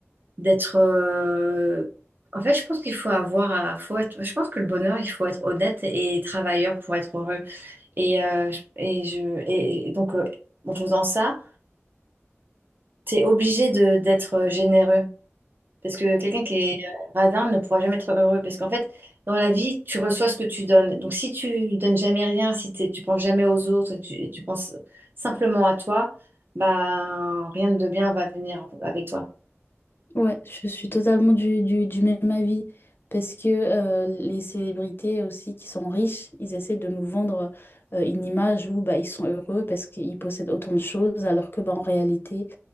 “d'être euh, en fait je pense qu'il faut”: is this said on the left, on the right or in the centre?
Right